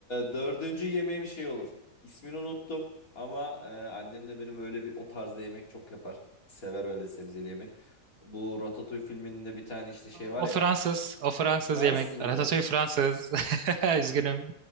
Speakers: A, on the left; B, on the right.
A: dördüncü yemeğim şey olur. İsmini unuttum ama e, annem de benim öyle bir o tarzda yemek çok yapar. Sever öyle sebzeli yemek. Bu Ratatouille filminde bir tane işte şey var
B: O
A: ya.
B: Fransız. O Fransız
A: Fransız
B: yemek.
A: mıydı?
B: Ratatouille Fransız. <laughs>
A: Ah
B: Üzgünüm.